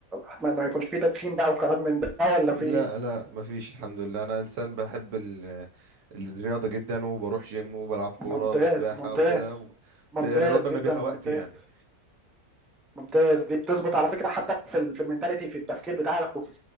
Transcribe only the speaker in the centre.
أتمنى ما يكونش في تدخين بقى وكلام من ده والّا
في إيه؟
ممتاز
ممتاز
ممتاز
جدا
ممتاز
ممتاز دي بتظبط على فكره حتى في ال- في المينتاليتي في التفكير بتاعك وفي